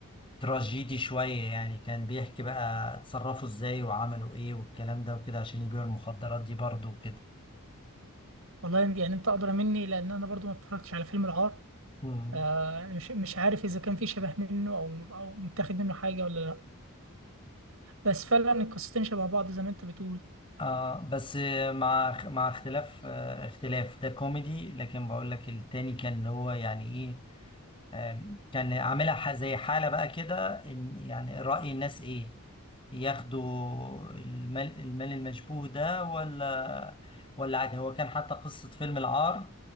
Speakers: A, on the left; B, on the right.
A: تراجيدي شوية يعني كان بيحكي بقى اتصرفوا ازاي وعملوا ايه والكلام ده وكده عشان يبيعوا المخدرات دي برضه وكده
B: والله يعني أنت أدرى مني لأن أنا برضو ما اتفرجتش على فيلم العار
A: مم.
B: آه مش مش عارف إذا كان في شبه منه أو أو متاخد منه حاجة ولا لأ بس فعلا القصتين شبه بعض زي ما أنت بتقول
A: اه بس مع اخ- مع اختلاف آه، اختلاف ده كوميدي لكن بقول لك التاني كان اللي هو يعني ايه آم، كان عاملها ح- زي حالة بقى كده ان يعني رأي الناس ايه ياخدوا المال المال المشبوه ده ولا ولا عادي هو كان حتى قصة فيلم العار